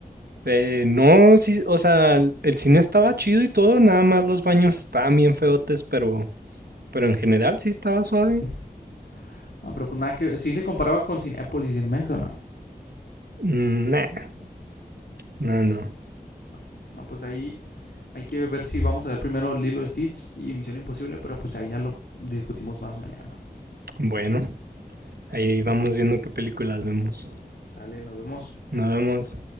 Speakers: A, on the right (about 75°); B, on the left (about 85°).
A: Eh, no, sí, o sea, el cine estaba chido y todo, nada más los baños estaban bien feotes, pero, pero en general sí estaba suave.
B: <laughs> No, pero pues nada que... ¿Sí se comparaba con Cinepolis y Cinemex o no?
A: Mm, Nah, no, no.
B: Bueno, no, pues ahí hay que ver si vamos a ver primero Lilo Stitch y Misión Imposible, pero pues ahí ya lo discutimos más mañana.
A: Bueno, ahí vamos viendo qué películas vemos.
B: Sale, nos vemos.
A: nos vemos.